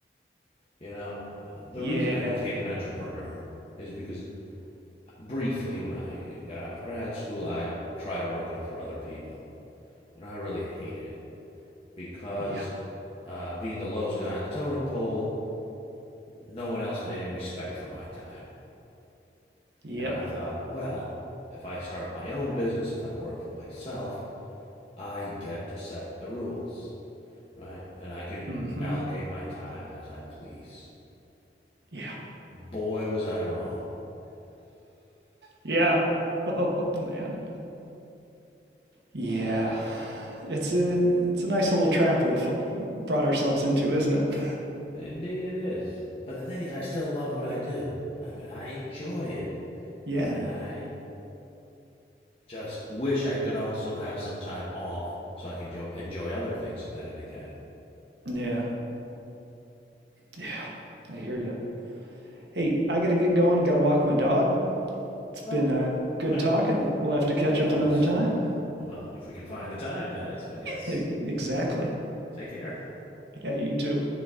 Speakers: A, on the left; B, on the right.
A: You know, the
B: Yeah.
A: reason I became an entrepreneur is because briefly when I got out of grad school, I tried working for other people. And I really hated it because
B: Yeah.
A: uh, being the lowest guy on the totem pole, no one else had any respect for my time.
B: Yep.
A: And I thought, well, if I start my own business, if I work for myself, I get to set the rules, right? And I can
B: Mm-hmm.
A: allocate my time as I please.
B: Yeah.
A: Boy, was I wrong.
B: Yeah. <laughs> Oh man. Yeah. It's a it's a nice little trap we've brought ourselves into, isn't it? <laughs>
A: Indeed, it is. But the thing is, I still love what I do. I mean, I enjoy it.
B: Yeah.
A: And I just wish I could also have some time off so I can jo- enjoy other things then and again.
B: Yeah. Yeah. I hear you. Hey, I gotta get going. Gotta walk my dog. It's been
A: Oh,
B: uh,
A: okay.
B: good talking. We'll have to
A: Well,
B: catch
A: likewise.
B: up another time.
A: Well, if we can find the time, that is. But yes,
B: <laughs> Exactly.
A: take care.
B: Yeah, you too.